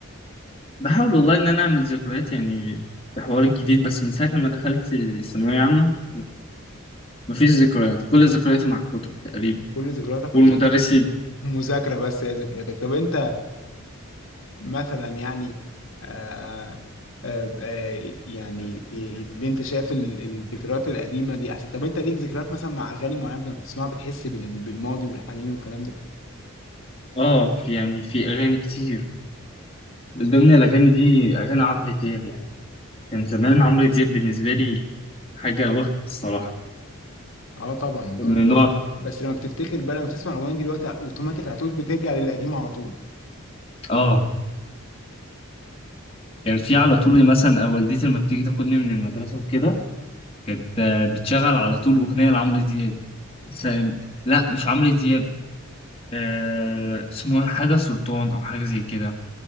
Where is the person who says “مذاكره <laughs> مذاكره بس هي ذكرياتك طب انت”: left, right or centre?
Left